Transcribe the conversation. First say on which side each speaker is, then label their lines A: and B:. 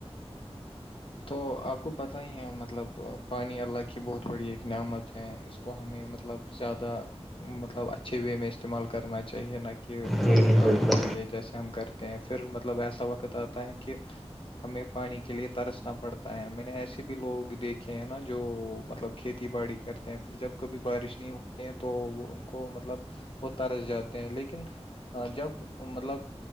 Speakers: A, on the left (about 55°); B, in the centre.
A: تو آپ کو پت ہی ہے مطلب پانی اللہ کی بہت بڑی ایک نعمت ہے اس کو ہمیں مطلب زیادہ مطلب اچھے وے میں استعمال کرنا چاہیے نہ کہ
B: جی
A: فضول
B: جی
A: کاموں
B: بالکل
A: کے لیے جیسے ہم کرتے پھر مطلب ایسا وقت آتا ہے کہ ہمیں پانی کے لیے ترس نا پڑتا ہے میں نے ایسے بھی لوگ دیکھے ہیں نا جو مطلب کھیتی باڑی کرتے پھر جب کبھی بارش نہیں ہوتی ہیں تو وہ ان کو مطلب وہ ترس جاتے ہیں لیکن جب مطلب